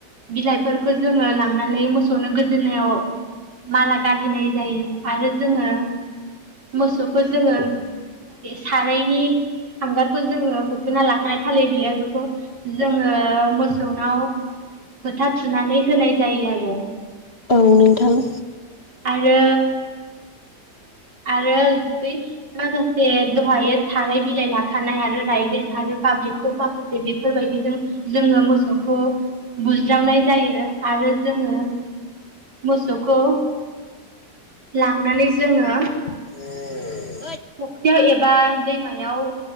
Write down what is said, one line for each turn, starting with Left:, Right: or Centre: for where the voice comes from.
Right: बिलाइफोरखौ जोङो लांनानै मोसौनो गोदोनायाव माला गानहोनाय जायो आरो जोङो मोसौखौ जोङो सारायनि हांगारखौ जोङो खोना लाखानाय थालिर बिलाइ बेखौ जोङो मोसौनाव फोथा थुनानै होनाय जायो आरो।
Left: औ नोंथां।
Right: आरो आरो बै लोगोसे दहायो थाराय बिलाइ लाखानाय आरो रायदों आरो बाब्रिकफ माखासे जे बेफोरबायदिजों जोङो मोसौखौ बुज्रावनाय जायो आरो जोङो मोसौखौ लांनानै जोङो
Left: <unintelligible>
Right: फख्रियाव एबा दैमायाव